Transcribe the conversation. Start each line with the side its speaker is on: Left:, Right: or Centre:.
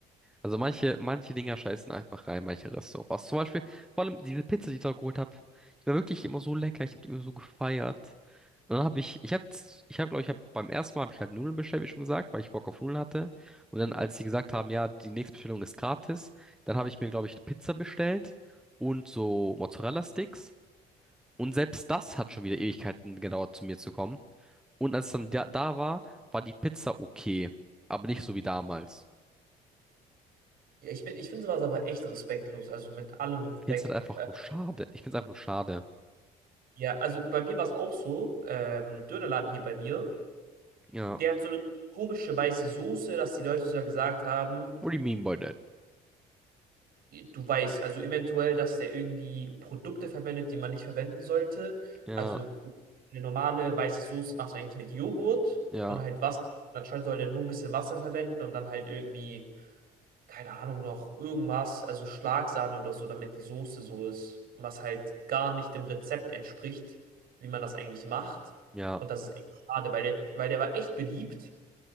Centre: Also manche, manche Dinger scheißen einfach rein, manche Restaurants. Zum Beispiel, vor allem diese Pizza, die ich da geholt habe, die war wirklich immer so lecker, ich habe die immer so gefeiert. Und dann habe ich, ich habe, ich habe, glaube ich, hab, beim ersten Mal habe ich halt Nudeln bestellt, wie schon gesagt, weil ich Bock auf Nudeln hatte. Und dann, als sie gesagt haben, ja, die nächste Bestellung ist gratis, dann habe ich mir, glaube ich, Pizza bestellt und so Mozzarella-Sticks. Und selbst das hat schon wieder Ewigkeiten gedauert, zu mir zu kommen. Und als es dann da, da war, war die Pizza okay, aber nicht so wie damals.
Right: Ja, ich bin, ich finde sowas aber echt respektlos, also mit allem Respekt.
Centre: find's halt einfach
Right: Äh,
Centre: nur schade. Ich find's einfach nur schade.
Right: ja, also bei mir war es auch so, ähm, Dönerladen hier bei mir,
Centre: Ja.
Right: der hat so eine komische weiße Soße, dass die Leute sogar gesagt haben,
Centre: What do you mean by that?
Right: Du weißt, also eventuell, dass der irgendwie Produkte verwendet, die man nicht verwenden sollte.
Centre: Ja,
Right: Also eine normale weiße Soße machst du eigentlich mit Joghurt
Centre: ja,
Right: und halt Wasser. Anscheinend soll der nur ein bisschen Wasser verwenden und dann halt irgendwie, keine Ahnung, noch irgendwas, also Schlagsahne oder so, damit die Soße so ist. Was halt gar nicht dem Rezept entspricht, wie man das eigentlich macht.
Centre: ja.
Right: Und das ist echt schade, weil der, weil der war echt beliebt,